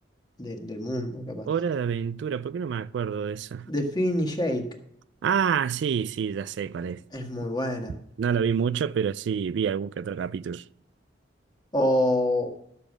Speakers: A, on the left (about 25°); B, on the right (about 70°).
A: de- del mundo, capaz.
B: Hora de aventura, ¿por qué no me acuerdo de eso?
A: De Finn y Jake
B: Ah, sí, sí, ya sé cuál es.
A: es muy buena.
B: No lo vi mucho, pero sí vi algún que otro capítulo.
A: O,